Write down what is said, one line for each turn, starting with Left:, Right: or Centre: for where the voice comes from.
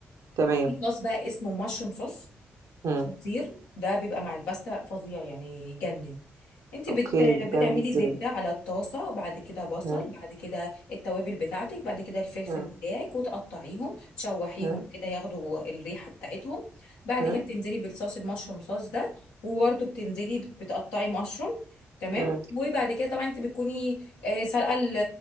Right: تمام
Left: في صوص بقى اسمه مشروم صوص
Right: امم
Left: خطير ده بيبقى مع الباستا فظيع يعني يجنن انت
Right: اوكي
Left: بت...
Right: بتعملي
Left: بتعملي
Right: ازاي
Left: زبدة على الطاسة بعد كده بصل
Right: امم
Left: بعد كده التوابل بتاعتك بعد كده الفلفل
Right: امم
Left: بتاعك وتقطعيهم تشوحيهم
Right: امم
Left: كده ياخدوا الريحة بتاعتهم بعد
Right: امم
Left: كده بتنزلي بالصوص المشروم صوص ده وبرده بتنزلي بت- بتقطعي مشروم تمام
Right: امم
Left: وبعد كده طبعا انت بتكوني آه، سلقة ال-